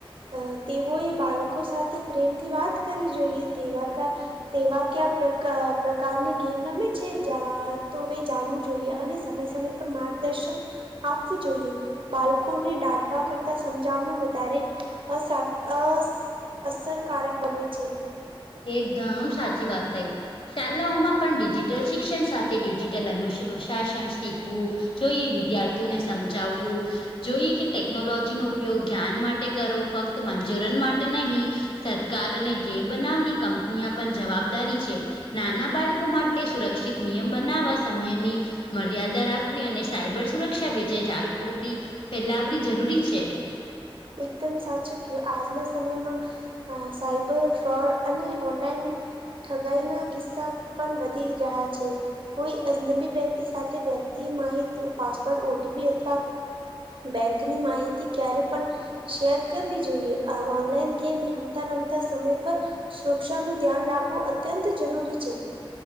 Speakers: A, on the right; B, on the left.
A: અ તેઓએ બાળકો સાથે પ્રેમથી વાત કરવી જોઈએ તેવા કા તેવા ક્યા પ્રકા પ્રકારની ગેમ રમે છે તો જાણવું જોઈએ અને સમય સમય પર માર્ગદર્શન આપવું જોઈએ. બાળકોને દાટવા કરતા, સમજામણું વધારે અ અ અસરકારક બને છે.
B: એકદમ સાચી વાત થઈ. શાળાઓમાં પણ ડિજિટલ શિક્ષણ સાથે ડિજિટલ અનુશાસન શીખવું. જોઈએ, તો એ વિદ્યાર્થીઓને સમજાવવું. જોઈએ કે ટેકનોલોજીનો ઉપયોગ જ્ઞાન માટે કરો, ફક્ત મંનોરંજન માટે નહીં. સરકાર અને ગે બનાવની કંપની પણ જવાબદારી છે. નાના બાળકો માટે સુરક્ષિત નિયમ બનાવવા સમયની મર્યાદા રાખવી અને સાયબર સુરક્ષા વિજે જાગૃતિ ફેલાવવી જરૂરી છે.
A: એકદમ સાચું કયું આજના સમયમાં અ સાઈબર ફ્રોડ અને ઓનલાઈન ઠગાઈ ના કિસ્સા પણ વધી રહ્યા છે. કોઈ અજનબી વ્યક્તિ સાથે, વ્યક્તિ માહિતી પાસવર્ડ ઓટીપી અથવા બેંકની માહિતી ક્યારે પણ શેર કરવી જોઈએ આ ઓનલાઈન ગેમ રમતા રમતા સમય પર સુરક્ષાનું ધ્યાન રાખવું અત્યંત જરૂરી છે.